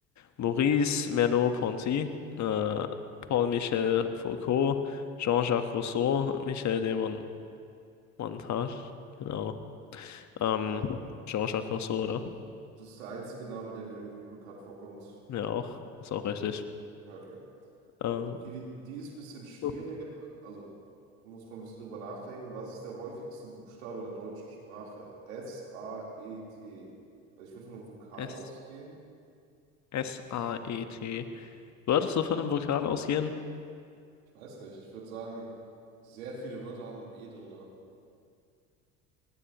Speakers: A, on the left; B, on the right.
A: Maurice Merleau-Ponty, äh, Paul-Michel Foucault, Jean-Jacques Rousseau, Michel de Mon Montage, genau. Ähm,
B: dann.
A: Jean-Jacques Rousseau, oder?
B: Das ist der einzige Name, der mir irgendwie bekannt vorkommt.
A: Ja, auch. Ist auch richtig.
B: Na, Okay.
A: Ähm,
B: Okay, die, die ist ein bisschen schwieriger.
A: Oh.
B: Also muss man ein bisschen drüber nachdenken. Was ist der häufigste Buchstabe der deutschen Sprache? S-A-E-T. Also ich würde von einem Vokal
A: S
B: ausgehen.
A: S-A-E-T. Würdest du von einem Vokal ausgehen?
B: Ich weiß nicht. Ich würde sagen, sehr viele Wörter haben ein E drin.